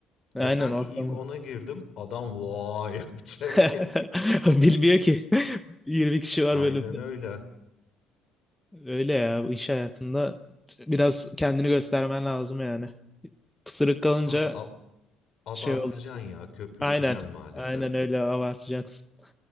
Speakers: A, in the centre; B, on the left.
A: Aynen
B: Desen
A: o
B: ki
A: aklıma.
B: ilk ona girdim adam vay <laughs> yapacak.
A: <laughs> Bilmiyor ki. <laughs> 20 kişi var
B: Aynen
A: bölümde.
B: öyle.
A: Öyle ya bu iş hayatında biraz kendini göstermen lazım yani. Pısırık kalınca
B: Abi ab abartacaksın
A: şey oluyor.
B: ya, köpürteceksin
A: Aynen.
B: maalesef.
A: Aynen öyle abartacaksın.